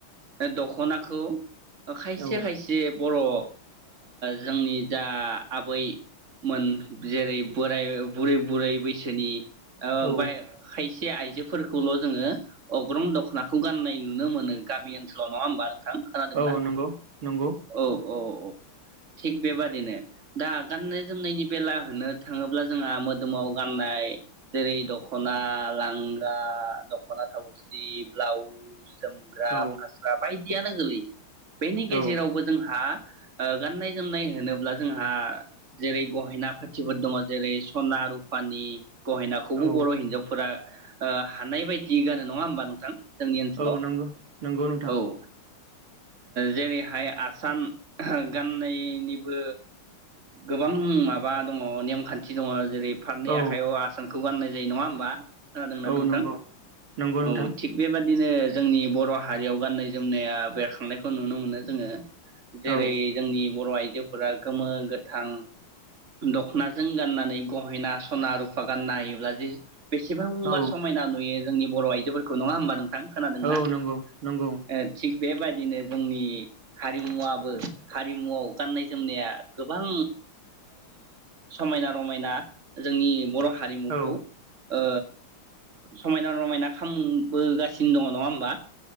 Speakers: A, on the right; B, on the right.
A: ओ दख'नाखौ ओ खायसे
B: औ
A: खायसेब बर ओ जोंनि जा आबैमोन जेरै बोराय बुरै बुरै बैसोनि ओ
B: औ
A: ओमफाय खाय से आयजो फोरखौल' जोंङो अग्रं दखनाखौ गाननाय दि नुनो मोनो गामि ओनसोलाव नंङा होमबा नोंथां खोनादों
B: औ
A: ना
B: नंगौ नंगौ
A: औ औ थिग बेबादिनो दा गाननाय जोमनायनि बेला होनो थांङोब्ला जोंहा मोदोमाव गाननाय जेरै दखना लां गा दखना थावसि ब्लाउस जोमग्रा
B: औ
A: फास्रा बायदि जियानो गोलै बेनि
B: औ
A: गेजेरावबो जोंहा ओ गाननाय जोमनाय होनोब्ला जोंहा जेरै गहेना पाथिफोर दंङ जेरै सना रुफानि गहेनाखौबो
B: औ
A: बर हिनजावफोरा ओ हानाय बायदि गानो नंङा होमबा नोंथां जोंनि ओनसोलाव
B: औ नंगौ नंगौ नोंथां
A: औ ओ जेरैहाय आसान गाननायनिबो गोबां माबा दंङ नेमखान्थि दनङ जेरै फारनै
B: औ
A: आखायाव आसानखौ गाननाय जायो नंङा होनबा खोनादोंना
B: औ
A: नोंथां
B: नंगौ नंगौ नोंथां
A: औ थिग बेबादिनो जोंनि बर हारियाव गाननाय जोमनाया बेरखांनायखौ नुनो मोनो जोंङो जेरै
B: औ
A: जोंनि बर आइजोफोरा गोमो गोथां दखनाजों गाननानै गहेना सना रुफा गाननो हायोब्ला जे बेसे सांबा
B: औ
A: समायना नुयो जोंनि बर आइजोफोरखौ नंङा होमबा नोंथां खोनादोंना
B: औ नंगौ नंगौ
A: ओ थिग बेबायदिनो जोंनि हारिमुवाबो हारिमुवाव गाननाय जोमनाया गोबां समायना रमायना जोंनि बर हारिमुखौ
B: औ
A: ओ समायना रमायना खामबोगासिनो दंङ नंङा होनबा